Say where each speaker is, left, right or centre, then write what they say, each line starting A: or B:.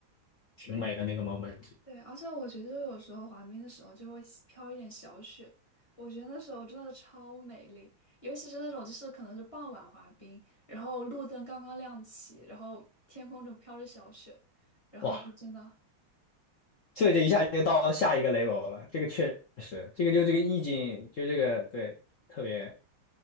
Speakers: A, on the left (about 65°); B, on the left (about 25°).
A: 挺美的那个
B: 对
A: moment。
B: 对，而且我觉得有时候滑冰的时候就会喜飘一点小雪，我觉得那时候真的超美丽，尤其是那种就是可能是傍晚滑冰，然后路灯刚刚亮起，然后天空就飘着小雪，然后就真的
A: 哇，这就一下就到下一个 level 了，这个确实，这个就这个意境，就这个对，特别，